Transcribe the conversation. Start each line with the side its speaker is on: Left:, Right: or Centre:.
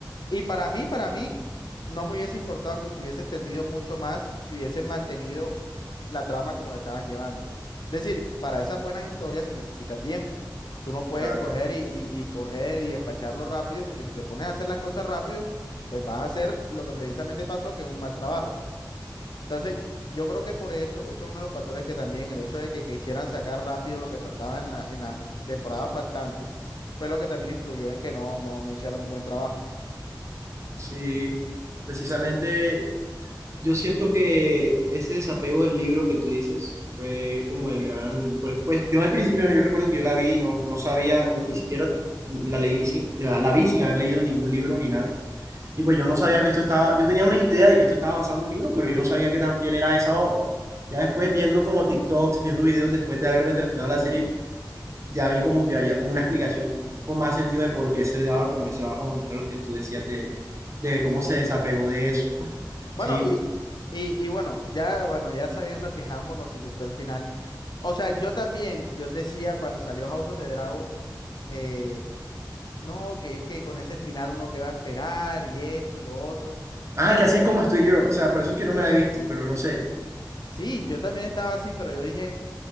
Left: Y para mí, para mí, no me hubiese importado que se hubiese extendido mucho más si hubiesen mantenido la trama como la estaban llevando. Es decir, para esas buenas historias se necesita tiempo. Tú no puedes
Right: claro.
Left: coger y, y- y coger y despacharlo rápido, porque si te pones a hacer las cosas rápido, pues vas a hacer lo que precisamente pasó, que es un mal trabajo. Entonces, yo creo que por eso, eso es uno de los factores que también el hecho de que quisieran sacar rápido lo que faltaba en la, en las temporadas faltantes, fue lo que también influyó en que no, no, no hicieran un buen trabajo.
Right: Sí, precisamente Yo siento que ese desapego del libro que tú dices fue como el gran, porque pues yo al principio yo recuerdo que yo la vi, y no, no sabía, ni siquiera la leí sin, la, la vi sin haber leído ningún libro ni nada. Y pues yo no sabía que esto estaba, yo tenía una idea de que esto estaba basado en un libro, pero yo no sabía qué tan fiel era esa obra. Ya después viendo como TikToks, viendo videos después de haberme terminado la serie, ya vi como que había como una explicación con más sentido de por qué se daba como ese bajón, era lo que tú decías de, de cómo
Left: Sí,
Right: se
Left: sí.
Right: desapegó de eso.
Left: Bueno,
Right: Sí,
Left: y, y, y bueno, ya, bueno, ya sabiendo que Hambo nos disgustó el final. O sea, yo también, yo decía cuando salió House of the Dragon, eh, no, que es que con ese final uno que va a esperar y esto y lo otro.
Right: Ay, que así es como estoy yo. O sea, por eso es que no me la he visto, pero no sé.
Left: Sí, yo también estaba así, pero yo dije.